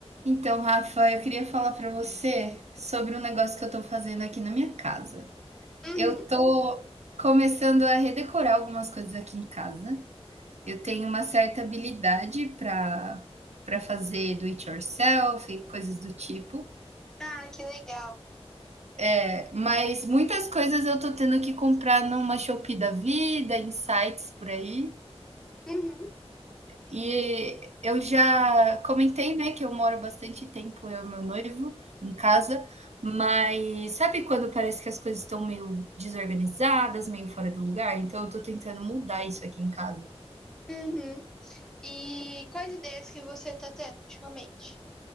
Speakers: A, on the right; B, in the centre.
A: Então, Rafa, eu queria falar para você sobre um negócio que eu estou fazendo aqui na minha casa.
B: Uhum.
A: Eu estou começando a redecorar algumas coisas aqui em casa. Eu tenho uma certa habilidade para para fazer do it yourself e coisas do tipo,
B: Ah, que legal.
A: É, mas muitas coisas eu estou tendo que comprar numa Shopee da vida, em sites por aí.
B: Uhum.
A: E eu já comentei, né, que eu moro bastante tempo, eu e meu noivo, em casa, mas sabe quando parece que as coisas estão meio desorganizadas, meio fora do lugar? Então eu tô tentando mudar isso aqui em casa.
B: Uhum. E quais ideias que você tá tendo ultimamente?